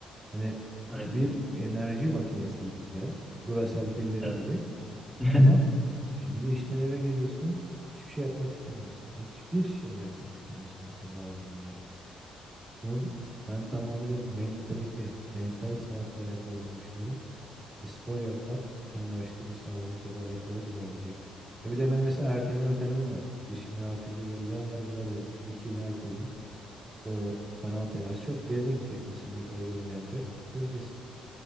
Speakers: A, on the right (about 25°); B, in the centre.
A: Hani
B: Aynen.
A: bir enerji makinesiydik ya. Duracell pilleri
B: Evet.
A: gibi.
B: <laughs>
A: Ama şimdi işten eve geliyorsun. Hiçbir şey yapmak istemiyorsun. Hiçbir şey yapmak istemiyorsun mesela bazı günler. Bunun ben tamamıyla mentalite, mental sağlıkla alakalı olduğunu düşünüyorum. Ve spor yapmak en başta bu sağlığımı toparlayarak olarak ilerleyecek. Ya bir de ben mesela erteleme ötelemem var. Dişimi erteledi yıllar yıllar oldu. İki yıl erteledim. O kanal tedavisi çok derine gidecek mesela ne kadar canım yanacak. Göreceğiz.